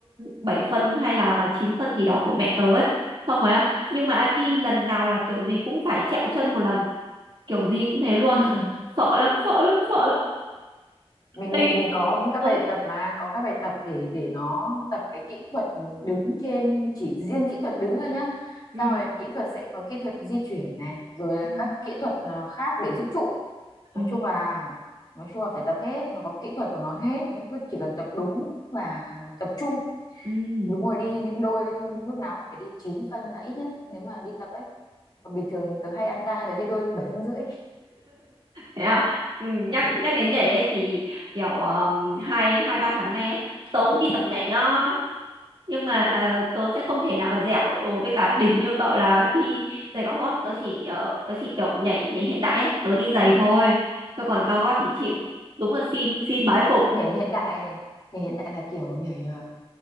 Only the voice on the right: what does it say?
7 phân hay là 9 phân gì đó của mẹ tớ ấy xong rồi á nhưng mà đi lần nào là kiểu gì cũng phải trẹo chân một lần kiểu gì cũng thế luôn
sợ lắm sợ lắm sợ lắm
đi
ơi
ừ
ừ
ồ
ừ
thế à ừ, nhắc nhắc đến nhảy ấy thì kiểu um, hai hai ba tháng nay ấy tớ cũng đi tập nhảy nhá nhưng mà ờ, tớ sẽ không thể nào mà dẻo với cả đỉnh như cậu là đi giày cao gót tớ chỉ ờ, tớ chỉ kiểu nhảy nhảy hiện đại ấy tớ đi giày thôi cho còn cao gót thì chịu đúng là xin xin bái phục